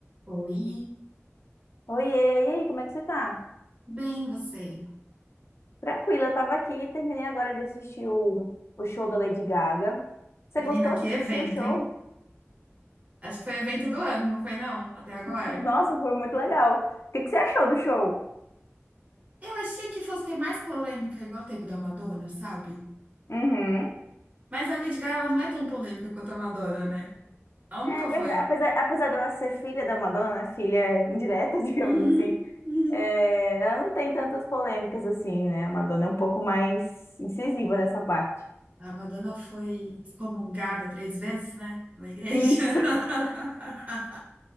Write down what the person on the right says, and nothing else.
Oi,
bem você.
Menina,
que
evento,
hein? Acho que foi evento do ano, não foi não? Até agora.
Eu achei que fosse ter mais polêmica igual teve da Madonna, sabe?
Mas a Lady Gaga, ela não é tão polêmica quanto a Madonna, né? Ela nunca
foi.
Uhum,
uhum.
A Madonna foi excomungada três vezes, né? Na igreja.
<laughs>